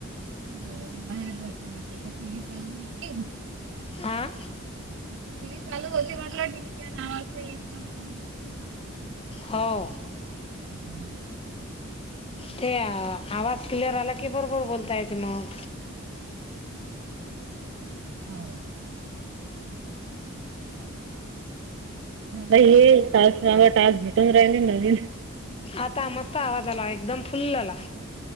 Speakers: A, on the right; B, on the left.
A: म बाहेर बसणार तर टी व्ही चालू होते?
B: आं,
A: टीव्ही चालू होती म्हटलं, टीवही नावाजलं येत ना नाऽ
B: हो,
A: हम्म,
B: ते आवाज क्लिअर आला की बरोबर बोलता येत मग.
A: हो ला हे तास, सवा तास भेटून राहिल नवीन
B: आता मस्त आवाज आला एकदम फुल्ल आला.